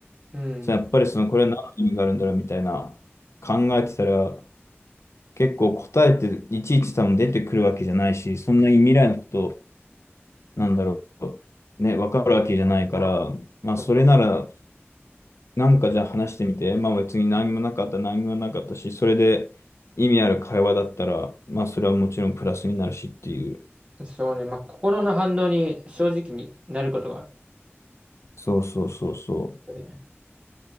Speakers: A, on the right; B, on the left.
A: うん。
B: そのやっぱりそのこれは何の意味があるんだろうみたいな考えてたら結構答えっていちいち多分出てくるわけじゃないし、そんなに未来のことなんだろう。ね、わかるわけじゃないから、まあそれなら
A: そ
B: なんかじゃあ話してみて、まあ別に何もなかった何もなかったし、それで意味ある会話だったら、まあそれはもちろんプラスになるしっていう。
A: う、そうね。まあ、心の反応に正直になることが
B: そうそうそうそう。
A: あるよね。